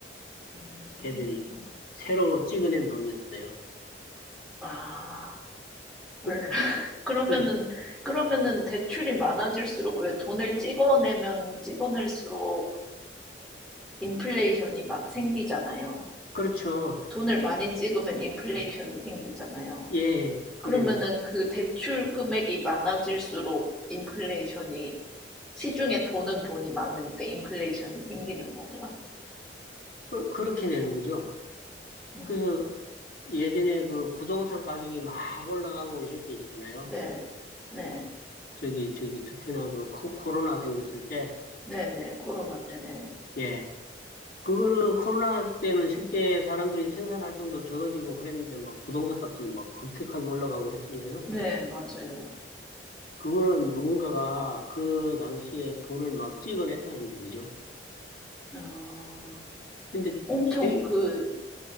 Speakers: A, in the centre; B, on the left (about 50°).
A: 음. 음,
B: 걔들이
A: 음.
B: 새로 찍어낸 돈이었어요.
A: 아,
B: 그,
A: 헐. <laughs> 그러면은,
B: 그래.
A: 그러면은 대출이 많아질수록 왜 돈을 찍어내면 찍어낼수록 인플레이션이 막 생기잖아요.
B: 그렇죠.
A: 돈을 많이 찍으면 인플레이션이 생기잖아요.
B: 예, 그래요.
A: 그러면은 그 대출 금액이 많아질수록 인플레이션이, 시중에 도는 돈이 많으니까 인플레이션이 생기는 거네요.
B: 그, 그렇게 되는 거죠.
A: 음,
B: 그래서 예전에 그 부동산 가격이 막 올라가고 이럴 때 있잖아요.
A: 네, 네,
B: 저기, 저기, 특히나 그 코, 코로나 생겼을 때,
A: 네, 네, 코로나 때네.
B: 예. 그거는 코로나 때는 실제 사람들이 생산 활동도 적어지고 그랬는데 막 부동산 값은 막 급격하게 올라가고 그랬잖아요.
A: 네, 맞아요.
B: 그거는 누군가가 그 당시에 돈을 막 찍어냈다는 얘기죠.
A: 어...
B: 근데
A: 엄청
B: 되게,
A: 그